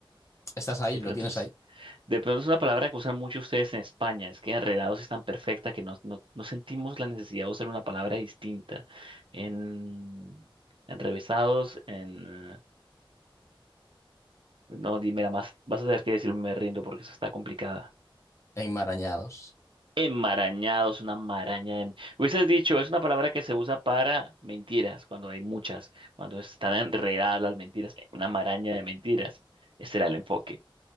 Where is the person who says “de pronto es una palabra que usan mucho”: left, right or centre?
Right